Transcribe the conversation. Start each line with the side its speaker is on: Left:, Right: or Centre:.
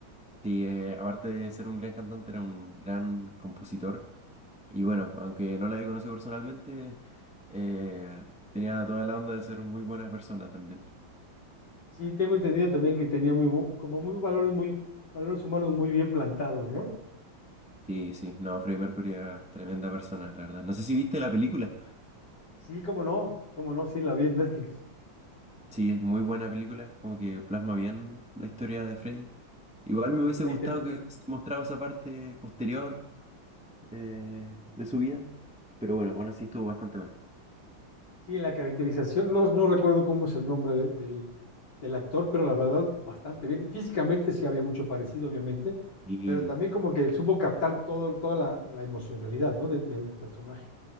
Centre: Sí, eh, aparte de ser un gran cantante, era un gran compositor. Y bueno, aunque no la había conocido personalmente, eh, tenía toda la onda de ser muy buena persona también.
Left: Sí, tengo entendido también que tenía muy, bu- como muy valores, muy, valores humanos muy bien plantados, ¿no?
Centre: Sí, sí, no, Freddie Mercury era tremenda persona, la verdad. No sé si viste la película.
Left: Sí, cómo no, cómo no, sí, la vi en Netflix.
Centre: Sí, es muy buena película, como que plasma bien la historia de Freddie. Igual me hubiese
Left: Y la
Centre: gustado
Left: inter-
Centre: que se mostraba esa parte posterior eh, de su vida, pero bueno, aún así estuvo bastante buena.
Left: sí, la caracterización, no, no recuerdo cómo es el nombre de- del, del actor, pero la verdad, bastante bien. Físicamente sí había mucho parecido, obviamente,
Centre: Y
Left: pero también como que supo captar todo, toda la, la emocionalidad, ¿no? de- del personaje.